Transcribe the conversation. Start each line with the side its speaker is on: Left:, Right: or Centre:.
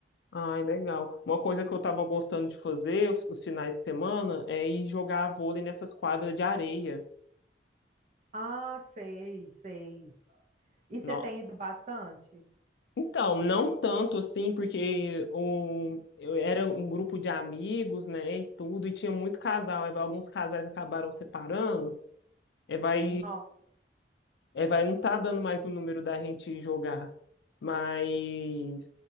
Left: Ai, legal. Uma coisa que eu tava gostando de fazer os, os finais de semana é ir jogar vôlei nessas quadras de areia.
Right: Ah, sei, sei. E você
Left: Não.
Right: tem ido bastante?
Left: Então, não tanto assim, porque um, eu era um grupo de amigos, né, e tudo, e tinha muito casal. Aí vai- alguns casais acabaram separando, aí vai,
Right: Nossa.
Left: aí vai não tá dando mais o número da gente jogar. Mas,